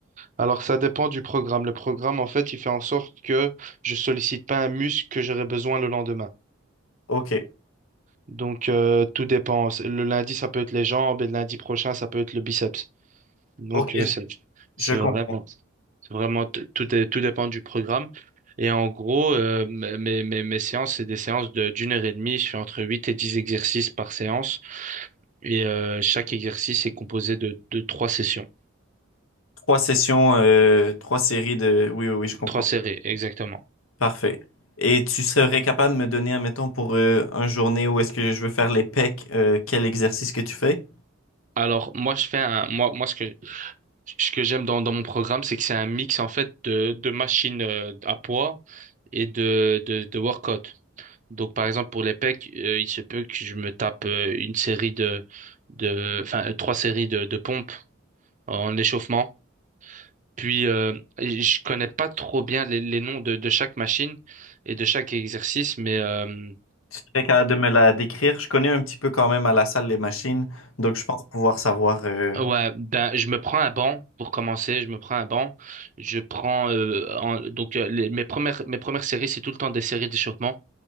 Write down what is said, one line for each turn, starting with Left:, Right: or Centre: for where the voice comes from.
Right: Alors, ça dépend du programme. Le programme, en fait, il fait en sorte que je sollicite pas un muscle que j'aurai besoin le lendemain.
Left: Ok.
Right: Donc, euh, tout dépend. Le lundi, ça peut être les jambes et le lundi prochain, ça peut être le biceps. Donc,
Left: Ok,
Right: euh, c'est, c'est
Left: je comprends.
Right: vraiment, c'est vraiment, t- tout est- tout dépend du programme. Et en gros, euh, mes, mes, mes mes séances, c'est des séances de, d'une heure et demie. Je fais entre 8 et 10 exercices par séance. Et euh, chaque exercice est composé de, de trois sessions,
Left: Trois sessions, euh, trois séries de... Oui, oui, oui, je comprends.
Right: trois séries, exactement.
Left: Parfait. Et tu serais capable de me donner, admettons, pour euh, un journée où est-ce que je veux faire les pecs, euh, quel exercice que tu fais?
Right: Alors, moi, je fais un, moi, moi, ce que, ce que j'aime dans, dans mon programme, c'est que c'est un mix, en fait, de, de machines euh, à poids et de, de, de workout. Donc, par exemple, pour les pecs, euh, il se peut que je me tape euh, une série de, de, enfin, euh, trois séries de, de pompes en échauffement. Puis, euh, je connais pas trop bien les, les noms de, de chaque machine et de chaque exercice, mais euh,
Left: Tu serais capable de me la décrire? Je connais un petit peu quand même à la salle les machines, donc je pense pouvoir savoir... euh,
Right: ouais, ben, je me prends un banc pour commencer. Je me prends un banc. Je prends euh, en- donc euh, les- mes premières mes premières séries, c'est tout le temps des séries d'échauffement.